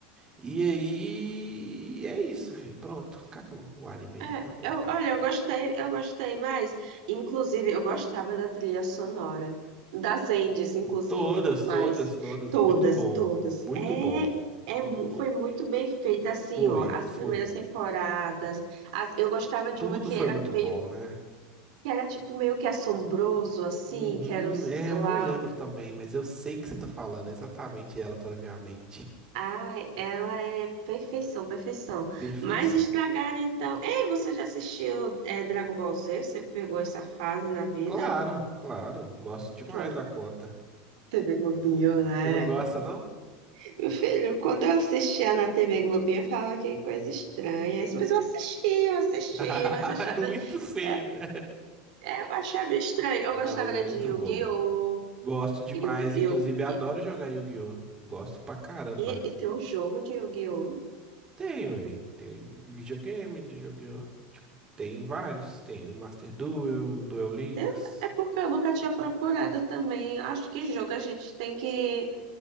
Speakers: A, on the right; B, on the right.
A: E aí... É isso, fi. Pronto, acabou o anime aí.
B: É,
A: Tá bom
B: eu,
A: pra
B: olha,
A: mim.
B: eu gostei, eu gostei mais. Inclusive, eu gostava da trilha sonora. Das Endes, inclusive,
A: Todas,
B: mas
A: todas, todas.
B: todas,
A: Muito bom.
B: todas.
A: Muito
B: É,
A: bom.
B: é,
A: Muito
B: mu-
A: bom.
B: foi muito bem feita, assim,
A: Foi,
B: ó. As
A: foi.
B: primeiras temporadas. As- eu gostava de
A: Tudo
B: uma que
A: foi
B: era
A: muito
B: meio,
A: bom, né?
B: que era tipo meio que assombroso, assim,
A: Uhum,
B: que era os,
A: é,
B: lá.
A: eu não lembro também, mas eu sei que você tá falando. Exatamente ela tá na minha mente.
B: Ai, ela é perfeição, perfeição.
A: Perfeição.
B: Mas estragaram então. Ei, você já assistiu é, Dragon Ball Z? Você pegou essa fase na vida
A: Claro, claro. Gosto demais
B: Claro,
A: da conta.
B: TV Globinho, né?
A: Você não gosta, não?
B: Meu filho, quando eu assistia na TV Globinho, eu falava que coisa estranha. Mas eu assistia, eu assistia,
A: <laughs>
B: mas eu achava,
A: É muito feio,
B: eu,
A: né?
B: eu achava estranho. Eu
A: Ah,
B: gostava
A: mas
B: era
A: é muito
B: de Yu-Gi-Oh!
A: bom. Gosto demais.
B: Yu- Yu-
A: Inclusive, adoro
B: E,
A: jogar Yu-Gi-Oh! Gosto pra caramba.
B: e, e tem um jogo de Yu-Gi-Oh!
A: Tem, velho. Tem videogame, de jogo. Tipo, tem vários. Tem o Master Duel, o Duel Links.
B: Eu- É porque eu nunca tinha procurado também. Acho que jogo a gente tem que,